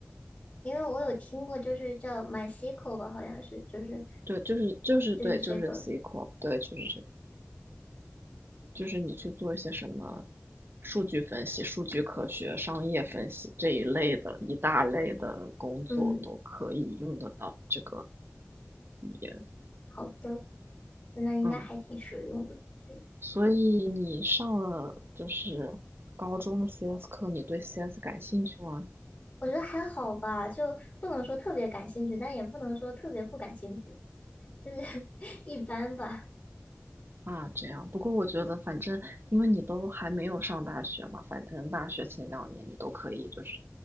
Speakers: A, on the left; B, on the right.
A: 因为我有听过，就是叫 MySQL 吧，好像是，就是
B: 对，就是就是对，
A: 就是这个，
B: 就是 SQL，对，就是这个，就是你去做一些什么数据分析、数据科学、商业分析这一类的一大类的工作都可以用得到这个
A: 嗯，
B: 语言，
A: 好的，那应该还挺实用的。
B: 嗯，
A: 这个
B: 所以你上了就是高中的 CS 课，你对 CS 感兴趣吗？
A: 我觉得还好吧，就不能说特别感兴趣，但也不能说特别不感兴趣，就是 <laughs> 一般吧，
B: 啊，这样。不过我觉得，反正因为你都还没有上大学嘛，反正大学前两年你都可以，就是